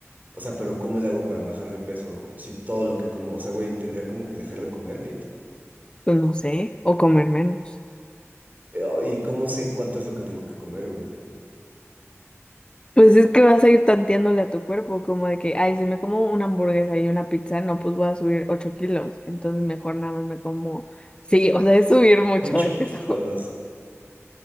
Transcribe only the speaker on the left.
Pues no sé, o comer menos.
Pues es que vas a ir tanteándole a tu cuerpo, como de que, ay, si me como una hamburguesa y una pizza, no, pues voy a subir 8 kilos. Entonces mejor nada más me como. Sí, o sea, es subir mucho
de peso.